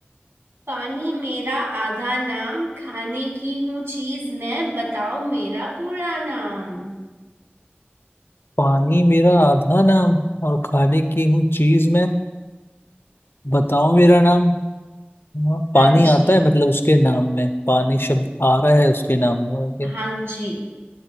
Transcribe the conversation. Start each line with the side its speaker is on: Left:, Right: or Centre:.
Right: पानी मेरा आधा नाम खाने की हूँ चीज मैं बताओ मेरा पूरा नाम
Left: पानी मेरा आधा नाम और खाने की हूँ चीज मैं बताओ मेरा नाम हाँ, पानी
Right: हाँ जी
Left: आता है मतलब उसके नाम में पानी शब्द आ रहा है उसके नाम में ओके
Right: हाँ जी